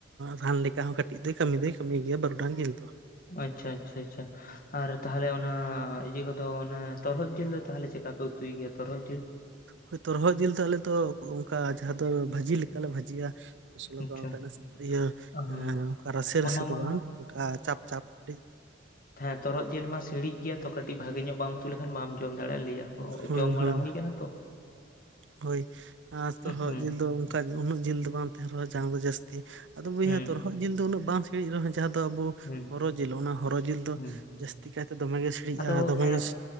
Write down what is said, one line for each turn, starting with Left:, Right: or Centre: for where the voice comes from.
Right: ᱨᱟᱱ ᱞᱮᱠᱟ ᱦᱚᱸ ᱠᱟᱹᱴᱤᱡ ᱫᱚ ᱠᱟᱹᱢᱤ ᱫᱚ ᱠᱟᱹᱢᱤ ᱜᱮᱭᱟ ᱵᱚᱨᱰᱟᱝᱜ ᱡᱤᱞ ᱫᱚ᱾
Left: ᱟᱪᱪᱷᱟ ᱟᱪᱪᱷᱟ ᱟᱪᱪᱷᱟ ᱟᱨ ᱛᱟᱦᱚᱞᱮ ᱚᱱᱟ ᱤᱭᱟᱹ ᱠᱚᱫᱚ ᱚᱱᱟ ᱛᱚᱨᱦᱚᱫ ᱡᱤᱞ ᱫᱚ ᱛᱟᱦᱚᱞᱮ ᱪᱮᱫᱠᱟ ᱯᱮ ᱛᱩᱭ ᱜᱮᱭᱟ ᱛᱚᱨᱦᱚᱜ ᱡᱤᱞ᱾
Right: ᱦᱳᱭ ᱛᱚᱨᱦᱚᱜ ᱡᱤᱞ ᱫᱚ ᱟᱞᱮ ᱫᱚ ᱚᱠ ᱚᱱᱝᱠᱟ ᱡᱟᱦᱟᱸ ᱫᱚ ᱵᱷᱟᱹᱡᱤ ᱞᱮᱠᱟ ᱞᱮ ᱵᱷᱟᱹᱡᱤ ᱭᱟ᱾ ᱢᱚᱥᱚᱞᱟ
Left: ᱟᱪᱪᱷᱟ
Right: ᱫᱟᱣ ᱟᱛᱮᱜ ᱱᱮ ᱤᱭᱟᱹ
Left: ᱚ,
Right: ᱮᱸ ᱚᱝᱠᱟ ᱨᱟᱥᱮ ᱨᱟᱥᱮ
Left: ᱚᱱᱟ
Right: ᱫᱚ
Left: ᱢᱟ
Right: ᱵᱟᱝ ᱚᱱᱠᱟ ᱪᱟᱯ ᱪᱟᱯ ᱠᱟᱹᱴᱤᱡ᱾
Left: ᱛᱷᱮᱸ ᱛᱚᱨᱦᱚᱜ ᱡᱤᱞ ᱢᱟ ᱥᱤᱲᱤᱡ ᱜᱮᱭᱟ ᱛᱚ ᱠᱟᱹᱴᱤᱡ ᱵᱷᱟᱜᱮ ᱧᱚᱜ ᱵᱟᱢ ᱩᱛᱩ ᱞᱮᱠᱷᱟᱱ ᱵᱟᱢ ᱡᱚᱢ ᱫᱟᱲᱮᱭᱟᱜ-ᱟ ᱞᱟᱹᱭᱟ᱾ ᱠᱚ
Right: ᱦᱳᱭ
Left: ᱡᱚᱢ ᱵᱟᱲᱟ
Right: ᱦᱳᱭ
Left: ᱦᱩᱭ ᱠᱟᱱᱟ ᱛᱚ᱾
Right: ᱦᱳᱭ᱾ ᱟᱸᱻ ᱛᱚᱨᱦᱚᱜ
Left: ᱦᱩᱸ
Right: ᱡᱤᱞ ᱫᱚ ᱚᱱᱠᱟ ᱩᱱᱟᱹᱜ ᱡᱤᱞ ᱫᱚ ᱵᱟᱝ ᱛᱟᱦᱮᱸᱱ ᱨᱮᱦᱚᱸ ᱡᱟᱝ ᱫᱚ ᱡᱟᱹᱥᱛᱤ ᱟᱫᱚ ᱵᱚᱭᱦᱟ
Left: ᱦᱩᱸ
Right: ᱛᱚᱨᱦᱚᱜ ᱡᱤᱞ ᱫᱚ ᱩᱱᱟᱹᱜ ᱵᱟᱝ ᱥᱤᱲᱤᱡ ᱨᱮᱦᱚᱸ ᱡᱟᱦᱟᱸ ᱫᱚ ᱟᱵᱩ᱾
Left: ᱦᱩᱸ
Right: ᱦᱚᱨᱚ ᱡᱤᱞ ᱚᱱᱟ ᱦᱚᱨᱚ ᱡᱤᱞ ᱫᱚ
Left: ᱦᱩᱸ
Right: ᱡᱟᱹᱥᱛᱤ ᱠᱟᱭ ᱛᱮ ᱫᱚᱢᱮ ᱜᱮ ᱥᱤᱬᱤᱡᱼᱟ
Left: ᱟᱫᱚ
Right: ᱫᱚᱢᱮ
Left: ᱦᱮᱸ
Right: ᱜᱤᱥ